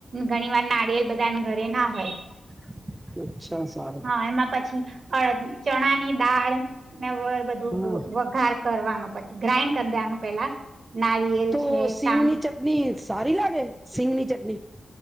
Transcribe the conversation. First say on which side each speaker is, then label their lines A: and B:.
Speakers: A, on the right; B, on the right.
A: ઘણી વાર નારિયેલ બધાને ઘરે ના હોય.
B: <inaudible> સારું
A: હા એમાં પછી અ ચણાની દાળ મે <unintelligible> બધું
B: હા
A: વ વઘાર કરવાનો પછી ગ્રાાઈન્ડ કર દેવાનું પેલા નારિયેલ
B: તો
A: છે
B: સિંગની
A: કામ
B: ચટણી સારી લાગે? સિંગની ચટણી.